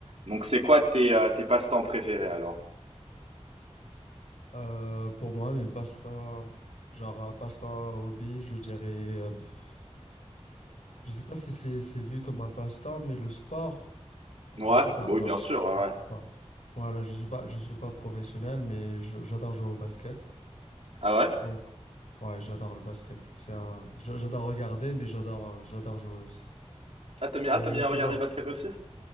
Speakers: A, on the right; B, on the left.
A: Donc c'est quoi tes, heu, tes passe-temps préférés alors?
B: Euh, pour moi, même passe-temps, genre euh, passe-temps hobby, je dirais, euh, pff, je sais pas si c'est c'est vu comme un passe-temps, mais le sport,
A: Ouais?
B: je suis
A: Bah,
B: pas,
A: oui
B: genre,
A: bien sûr, ouais,
B: je
A: ouais.
B: suis pas. Voilà, je suis pas, je suis pas professionnel, mais je- j'adore jouer au basket.
A: Ah ouais?
B: Donc, ouais, j'adore le basket. C'est un, je- j'adore regarder, mais j'adore, j'adore jouer aussi.
A: Ah t'as mis ah
B: Il y
A: t'as
B: a, il
A: aimes
B: y
A: bien
B: a toujours,
A: regarder le basket aussi?